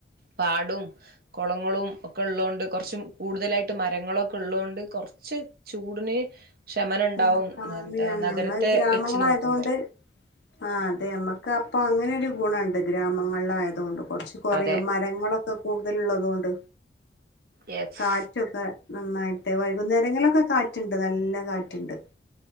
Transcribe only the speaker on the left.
ഉം കമ്മിയാണ്
ഞമ്മള് ഗ്രാമങ്ങളായതുകൊണ്ട്
ആഹ് അതെ നമ്മക്ക് അപ്പൊ അങ്ങനെരു ഗുണുണ്ട് ഗ്രാമങ്ങളിലയത കൊണ്ട് കുറച്ച് കുറയും
മരങ്ങളൊക്കെ കൂടുതലള്ളതുക കൊണ്ട്
കാ കാറ്റൊക്കെ നന്നായിട്ട് വൈകുന്നേരങ്ങളിലൊക്കെ കാറ്റുണ്ട് നല്ല കാറ്റുണ്ട്